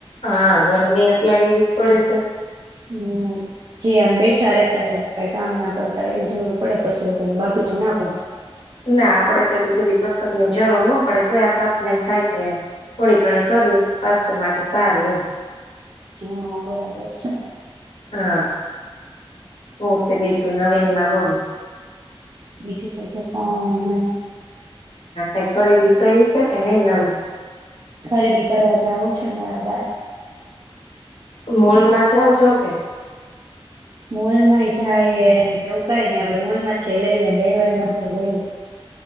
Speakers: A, on the left (about 75°); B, on the right (about 45°).
A: હા ગરમી અત્યારે એવી જ પડે છે.
B: હમ જે આમ બેઠા રેતા હોય કઈ કામ ના કરતા હોય એમ જોવું પડે કશું બાકી તો ના પાડે.
A: ના આપડે તો એટલી બધી કસરત ની જરૂર ન પડે તો આ તો આપને એમ થાય કે થોડી ઘણી કરીએ સ્વાસ્થ્ય માટે સારી એમ.
B: હા બરાબર છે.
A: હા. હું છે બીજું નવીન માં બોલો?
B: બીજું તો જોતાને.
A: હ કઈ ખરીદી કરી છે કે નહી નવી.
B: ખરીદી કરવા જાવું છે મારા બાર.
A: મોલમાં જાઓ છો કે?
B: મોલમાંય જાય એવું કાય નહી આપડે મોલમાં છે લઈ લે ને ગઈ વારમાં છે લઈ લે.